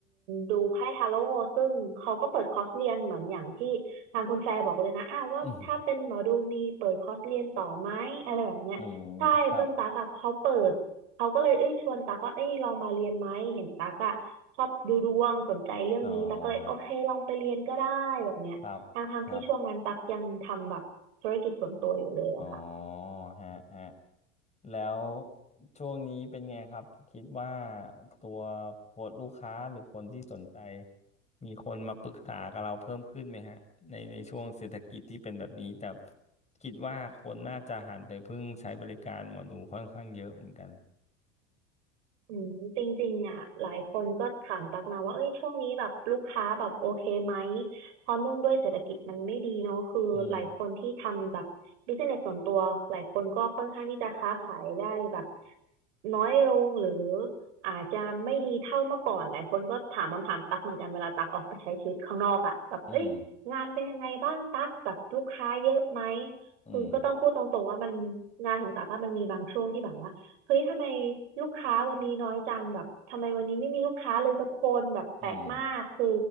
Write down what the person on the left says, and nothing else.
อืมอืมครับอ๋อฮะครับครับอ๋อฮะฮะ แล้วช่วงนี้เป็นไงครับคิดว่าตัวคนลูกค้าหรือคนที่สนใจมีคนมาปรึกษากับเราเพิ่มขึ้นไหมฮะในในช่วงเศรษฐกิจที่เป็นแบบนี้แต่คิดว่าคนน่าจะหันไปพึ่งใช้บริการหมอดูค่อนข้างเยอะเหมือนกัน
อืม
อืมอืม
อืม